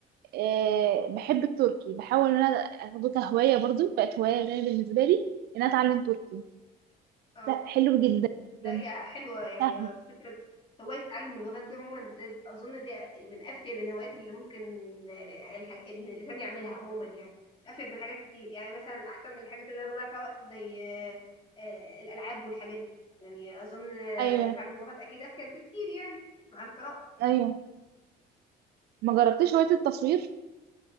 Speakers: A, on the right (about 70°); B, on the left (about 30°).
A: آه بحب التركي بحاول إن أنا أخده كهواية برضو بقت هواية زي بالنسبة لي إن أنا أتعلم تركي
B: اه
A: لا حلو جدا
B: لا
A: جدا
B: هي حلوة يعني
A: سهل
B: فكرة هواية تعلم اللغات دي عموما دي أظن دي من أفيد الهوايات اللي ممكن الح- اللي الإنسان يعملها عموما يعني أفيد من حاجات كتير يعني مثلا أحسن من الحاجات اللي أنا بضيع فيها وقت زي آه، آه، الألعاب والحاجات دي يعني أظن آه،
A: أيوه
B: تعلم لغات أكيد أفيد بكتير يعني مع القراءة
A: أيوه ما جربتش هواية التصوير